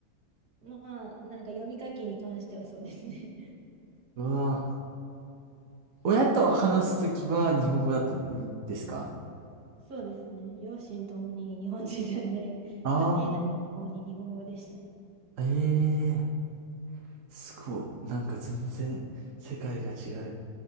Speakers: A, on the right; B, on the right.
A: まあ、なんか読み書きに関してはそうですね。<laughs>
B: うわあ。親と話すときは日本語だったんですか
A: そうですね。両親ともに日本人なんで、
B: あ
A: 家庭内ともに日本語でしたね。
B: あー、ええー、すごい。なんか全然世界が違う。